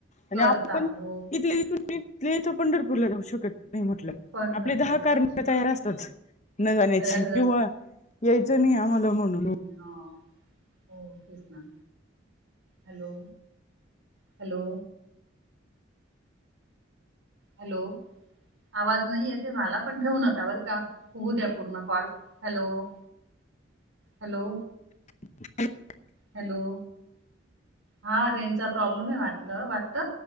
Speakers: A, on the left (about 35°); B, on the right (about 80°).
A: आणि
B: करतात
A: आपण
B: हो
A: इथ इथ इथल्या इथं पंढरपूरला जाऊ शकत नाही म्हटलं
B: पंढरपूरला
A: आपले दहा
B: जाऊ
A: कारन
B: शक
A: तयार असतात. न जाण्याची
B: तयारच
A: किंवा
B: असतात
A: यायचं नाही आम्हाला म्हणून
B: हो- हो तेच ना. हॅलो हॅलो हॅलो आवाज नाही यत मला पण ठेवू नका बर का होऊ द्या पूर्ण कॉल हॅलो- हॅलो
A: ह <unintelligible>
B: हॅलो हा रेंजचा प्रॉब्लेम आहे वाटलं वाटत